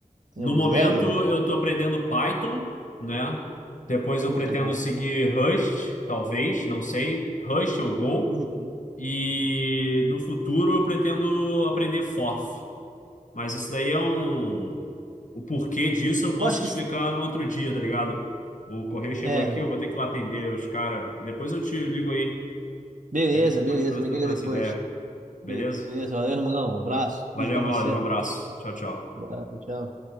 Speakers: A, on the right; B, on the left.
A: Tem
B: No
A: alguma
B: momento,
A: ideia?
B: eu estou aprendendo Python, né? Depois eu
A: Muito
B: pretendo
A: bom.
B: seguir Rust, talvez, não sei, Rust ou Go.
A: Uhum.
B: E no futuro eu pretendo aprender Forth. Mas isso daí é um. O porquê disso eu posso
A: Eu acho
B: te
A: que
B: explicar
A: sim.
B: no outro dia, tá ligado? O correio chegou
A: É,
B: aqui, eu vou ter que ir lá atender os caras. E depois eu te ligo aí.
A: beleza,
B: A gente continua
A: beleza. Me
B: trocando
A: liga depois.
B: essa ideia, beleza?
A: Beleza, valeu, irmão. Um abraço. Tudo
B: Valeu,
A: de bom
B: Mauro.
A: pra você.
B: Um abraço. Tchau, tchau.
A: Abraço, tchau.